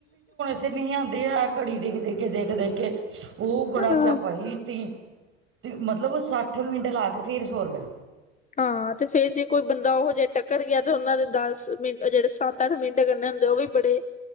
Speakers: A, on the right; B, on the left.
A: ਦੇ ਨਹੀਂ ਆਉਂਦੇ ਹੈ ਘੜੀ ਦੇਖ ਦੇਖ ਕੇ ਦੇਖ ਦੇਖ ਕੇ ਉਹ ਬੜਾ
B: ਹਾਂ
A: ਸਿਆਪਾ ਸੀ। ਤੇ ਮਤਲਬ ਸੱਠ ਮਿੰਟ ਲਾ ਕੇ ਫੇਰ ਸੌ ਰੁਪਆ
B: ਹਾਂ ਤੇ ਫੇਰ ਜੇ ਕੋਈ ਬੰਦਾ ਉਹੋ ਜਿਹਾ ਟੱਕਰ ਗਿਆ ਤੇ ਉਹਨਾਂ ਦੇ ਦਸ ਮਿੰ ਜਿਹੜੇ ਸੱਤ ਤਰਣ ਮੀਿੰਡੇ ਕੱਢਣ ਦਿਉ ਉਹ ਵੀ ਬੜੇ